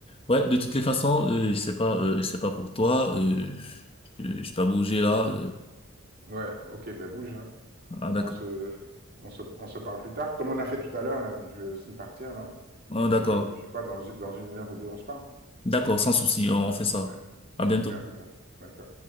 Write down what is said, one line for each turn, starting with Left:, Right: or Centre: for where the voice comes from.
Left: Ouais, de toutes les façons, euh, je sais pas, euh, je sais pas pour toi, euh, je, je dois bouger là. euh.
Right: Ouais, ok, ben bouge, hein.
Left: Ah
Right: On
Left: d'accord.
Right: se, on se, on se parle plus tard. Comme on a fait tout à l'heure, là, je vais aussi partir, là.
Left: Ah d'accord.
Right: Et puis, euh, je sais pas, dans, dans une heure ou deux, on se parle.
Left: D'accord, sans souci, on fait ça.
Right: Ouais.
Left: À bientôt.
Right: Ok, à plus tard. Ouais, ciao.